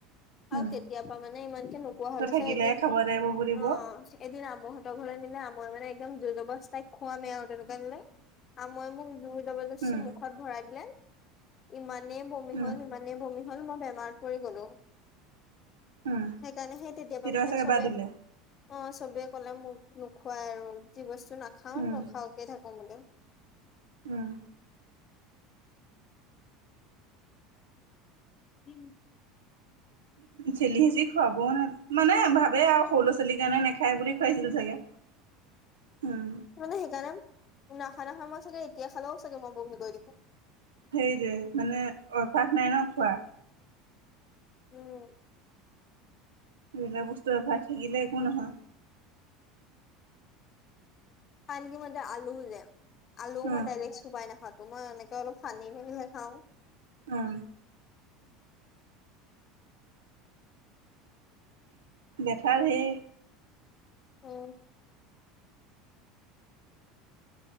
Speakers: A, on the right; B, on the left.
A: উম
B: আৰু তেতিয়াপা মানে ইমানকে নোকোৱা হ'ল,
A: ত
B: তাছত
A: থাকিলেহে
B: এদিন,
A: খাব লাগিব বুলিব
B: অঁ এদিন আমহঁতৰ ঘলৈ নিলে আমই মানে একদ জ জবৰ তাই খোৱামে আৰু তেনেকুৱা। মই মোক জুইব
A: উম
B: মুখত ভৰাই দিলে ইমানেই। বমি
A: উম
B: হল ইমানেই বমি হ'ল মই বেমাৰ পৰি গ'লো।
A: উম
B: সেইকাৰণে সেই তেতিয়াবা
A: কেতিয়াবা
B: মানে
A: চাগে
B: চবেই
A: বাদ দিলে
B: অ চবে কলে মোক নোখোৱাই আৰু যি বস্তু নাখাও
A: উম
B: নখাওকে থাকো বুলি
A: উম
B: উম
A: ঠেলি সিচি খুৱাবও মানে ভাবে আৰু সৰু ল' ছোৱালীৰ কাৰণে নেখায় বুলি। খাইছিল চাগে উম
B: মানে সেইকাৰণে নখা নাখা মই চাগে এতিয়া খালেও চাগে মই বমি কৰি দিম
A: সেইৰে মানে অভাস নাই ন খোৱা।
B: উম
A: এইবিলাক বস্তু এভাৰ থাকিলে একো নহয়।
B: খাই থাকিব যে আলুও যোয় আলুও
A: উম
B: মই ডাইৰেক্ট চুবাই নাখাওঁ। মই এনেকে অলপ চানি মেলিহে খাওঁ।
A: উম বেঠাৰ সেই
B: উম